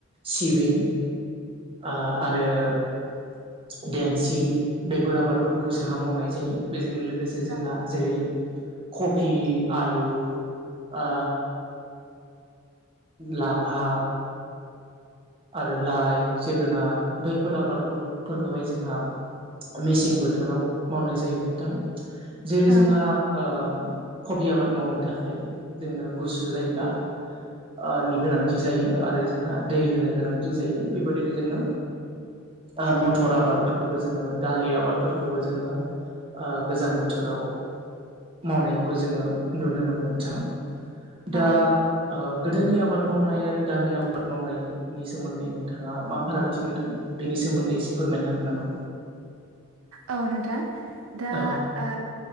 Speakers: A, on the right; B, on the right.
A: सिबिं आ‌आथ रो देमसि बेफोर आबादफोरखौ जोंहा मावनाय जायो बेजों लो गोसे जोंहा
B: औ
A: जेरै कफि आलु आ लाफा आरो लाइ जोगोनार बैफोर आबादफोरखौहाय जोंहा मेसें बोथोराव मावनाय जायो नोंथां जेरै
B: औ
A: जोंहा ओ कबि आबाद मावनो थाखाय जोंनो गुसु जायगा ओ नि गोनांथि जायो आरो जोंहा दै होनो गोनांथि जायो बेबायदिनो जोङो ओ मथर आबादफोरखौबो जोङो दालि आबादफोरखौबो जोङो ओ गोजां बोथोराव मावनायखौ जोङो नुनो मोनो नोंथां दा
B: औ
A: ओ गोदोनि आबाद मावनाय आरो दानि आबाद मावनायनि नि सोमोन्दै नोंथाङा मा फारागथि नुदों बेनि सोमोन्दै एसे फोरमायनो हागोन नामा
B: औ नोंथां दा
A: औ
B: ओ